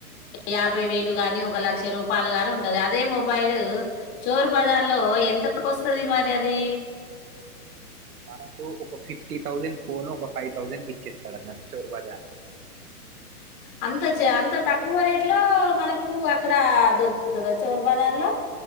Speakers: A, on the left; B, on the right.
A: యాభై వేలు గాని ఒక లక్ష రూపాయలు గాని ఉంటది అదే మొబైల్ చోరు బజార్ లో ఎంతకు వస్తది మరి అది
B: మనకు ఒక ఫిఫ్టీ థౌజండ్ ఫోన్ ఒక ఫైవ్ థౌసండ్ ఇచ్చేస్తాడు అన్నట్టు చోరు బజార్ లో
A: అంత చే అంత తక్కువ రేట్ లో మనకు అక్కడ దొరుకుతదా చోరు బజార్ లో